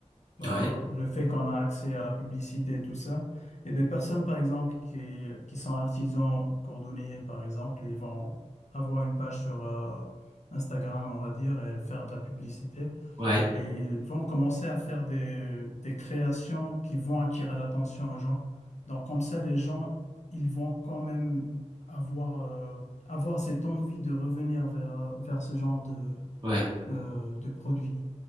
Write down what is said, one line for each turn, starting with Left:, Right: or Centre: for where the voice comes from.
Left: euh,
Right: ouais,
Left: le fait qu'on a accès à la publicité et tout ça, il y a des personnes, par exemple, qui, qui sont artisans cordonniers, par exemple, et vont avoir une page sur, euh, Instagram, on va dire, et faire de la publicité.
Right: ouais,
Left: et vont commencer à faire des, des créations qui vont attirer l'attention aux gens. Donc comme ça, les gens, ils vont quand même avoir, euh, avoir cette envie de revenir vers, vers ce genre de,
Right: ouais,
Left: euh, de produit.